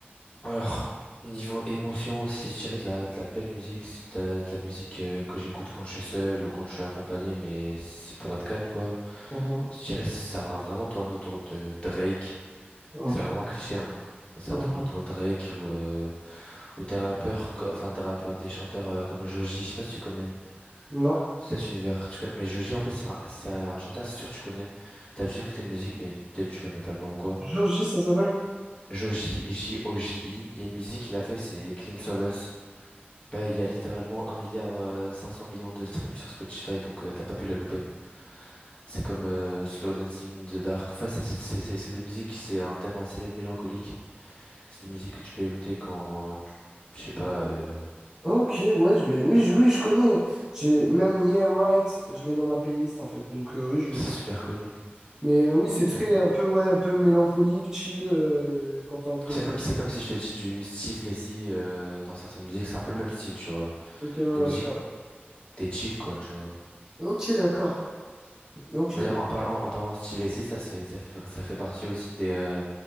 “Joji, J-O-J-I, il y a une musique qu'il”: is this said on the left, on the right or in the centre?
Left